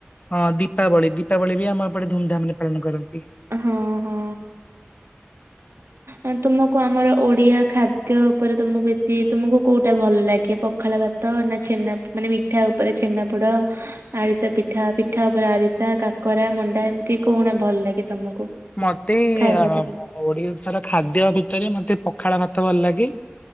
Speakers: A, on the left; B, on the right.
A: ହଁ ଦୀପାବଳି ଦୀପାବଳି ବି ଆମ ଏପଟେ ଧୁମଧାମ ରେ ପାଳନ କରନ୍ତି।
B: ହଁ ହଁ। ଉ ତୁମକୁ ଆମର ଓଡିଆ ଖାଦ୍ୟ ଉପରେ ତମକୁ ବେଶି ତୁମକୁ କୋଉଟା ଭଲ ଲାଗେ? ପଖାଳ ଭା ତ ନା ଛେନା ମାନେ ମିଠା ଉପରେ ଛେନା ପୋଡ ଆରିଶା ପିଠା ପିଠା ଉପରେ ଆରିଶା କାକରା ମଣ୍ଡା ଏମିତି କଣ ଭଲ ଲାଗେ ତମକୁ।
A: ମତେ
B: ଖାଇବାକୁ
A: ଆ ଓଡିଶାର ଖାଦ୍ୟ ଭିତରେ ମତେ ପଖାଳ ଭାତ ଭଲ ଲାଗେ।